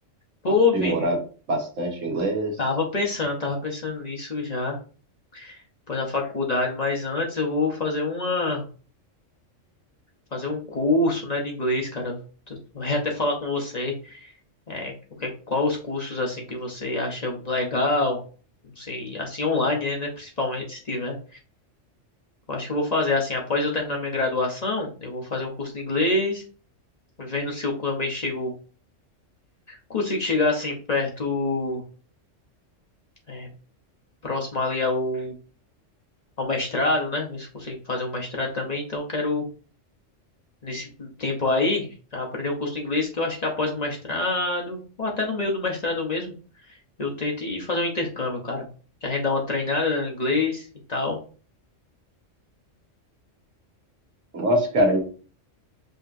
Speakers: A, on the left; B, on the right.
A: Pô,
B: aprimorar
A: Vini,
B: bastante o inglês?
A: tava pensando, tava pensando nisso já, depois da faculdade, mas antes eu vou fazer uma, fazer um curso, né, de inglês, cara. Eu ia até falar com você, é, o que, qual os cursos, assim, que você acha legal, não sei, assim, online, né, né, principalmente, se tiver. Eu acho que eu vou fazer, assim, após eu terminar minha graduação, eu vou fazer um curso de inglês, vendo se eu também chego, consigo chegar assim perto, é, próximo ali ao, ao mestrado, né? Ver se eu consigo fazer um mestrado também. Então, eu quero, nesse tempo aí, aprender um curso de inglês que eu acho que após o mestrado, ou até no meio do mestrado mesmo, eu tento ir fazer um intercâmbio, cara. Já gente dá uma treinada né, no inglês e tal.
B: Nossa, cara,